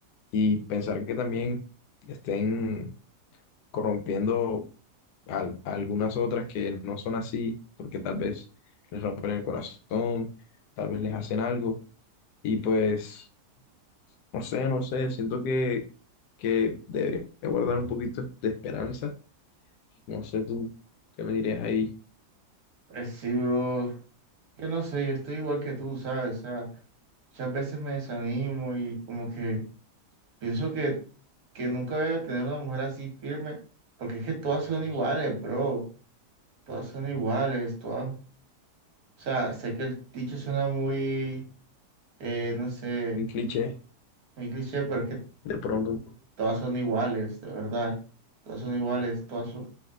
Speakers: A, on the left; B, on the right.
A: Y pensar que también estén corrompiendo al- a algunas otras que no son así, porque tal vez les rompen el corazón, tal vez les hacen algo. Y pues, no sé, no sé, siento que, que debería guardar un poquito de esperanza. No sé tú, ¿qué me dirías ahí?
B: Pues sí, bro, yo no sé, yo estoy igual que tú, ¿sabes? O sea, muchas veces me desanimo y como que... Pienso que, que nunca voy a tener una mujer así firme, porque es que todas son iguales, bro. Todas son iguales, todas. O sea, sé que el dicho suena muy, eh, no sé,
A: Un cliché
B: muy cliché, pero es que
A: de pronto.
B: todas son iguales, de verdad. Todas son iguales, todas son,